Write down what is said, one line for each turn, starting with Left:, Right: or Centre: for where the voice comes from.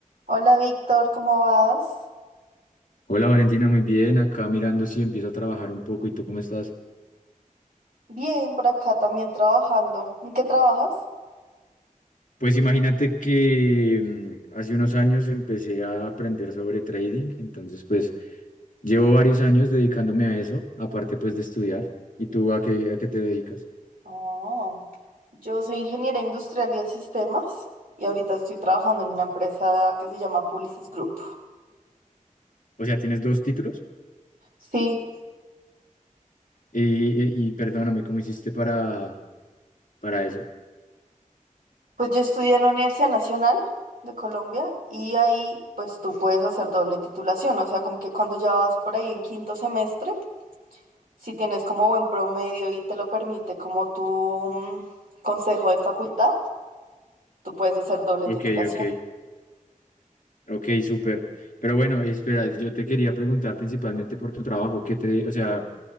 Right: Hola Víctor, ¿cómo vas?
Left: Hola Valentina, muy bien. Acá mirando si empiezo a trabajar un poco. ¿Y tú cómo estás?
Right: Bien, por acá también trabajando. ¿En qué trabajas?
Left: Pues imagínate que mm, hace unos años empecé a aprender sobre trading, entonces pues llevo varios años dedicándome a eso, aparte pues de estudiar. ¿Y tú a qué, a qué te dedicas?
Right: Oh, yo soy ingeniera industrial y de sistemas y ahorita estoy trabajando en una empresa que se llama Publicis Group.
Left: O sea, ¿tienes dos títulos?
Right: Sí,
Left: Y, y- y perdóname, ¿cómo hiciste para, para eso?
Right: pues yo estudié en la Universidad Nacional de Colombia y ahí pues tú puedes hacer doble titulación, o sea, como que cuando ya vas por ahí en quinto semestre, si tienes como buen promedio y te lo permite como tu mm, consejo de facultad, tú puedes hacer doble
Left: Ok,
Right: titulación.
Left: ok. Ok, súper. Pero bueno, espera, yo te quería preguntar principalmente por tu trabajo, ¿qué te, o sea,